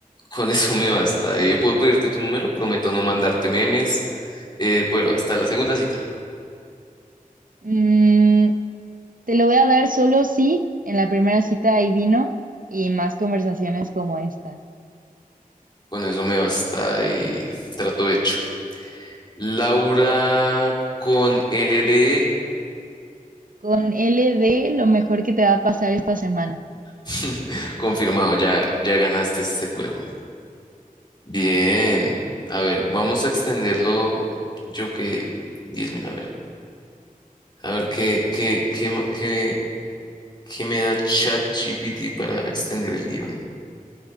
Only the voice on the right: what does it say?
Mm, Te lo voy a dar solo si en la primera cita hay vino y más conversaciones como esta.
Con LD, lo mejor que te va a pasar esta semana.